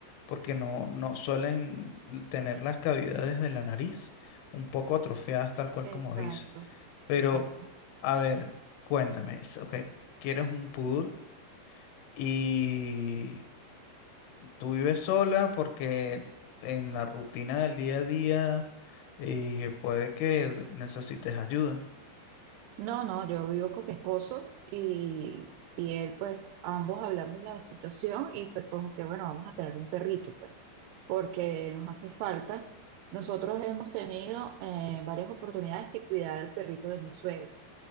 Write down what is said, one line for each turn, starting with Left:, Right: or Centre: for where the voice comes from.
Left: porque no, no suelen tener las cavidades de la nariz un poco atrofiadas, tal cual
Right: exacto,
Left: como dices. Pero,
Right: exacto.
Left: a ver, cuéntame, es- ok, quieres un poodle y tú vives sola porque en la rutina del día a día eh, puede que necesites ayuda.
Right: No, no, yo vivo con mi esposo y, y él, pues, ambos hablamos la situación y fue como que, bueno, vamos a tener un perrito, pues, porque nos hace falta. Nosotros hemos tenido eh, varias oportunidades que cuidar al perrito de mi suegro.